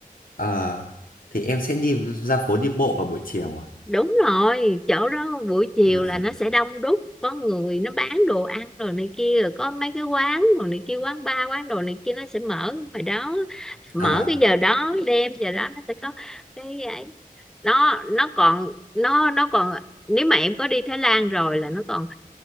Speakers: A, on the left; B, in the centre.
A: Ờ, thì em sẽ đi ra phố đi bộ vào buổi chiều à,
B: đúng rồi chỗ đó buổi chiều
A: à.
B: là nó sẽ đông đúc có người nó bán đồ ăn rồi này kia rồi có mấy cái quán rồi này kia quán bar quán đồ này kia nó sẽ mở ngoài đó mở
A: à.
B: cái giờ đó đêm giờ đó nó sẽ có cái ấy nó nó còn nó nó còn nếu mà em có đi Thái Lan rồi là nó còn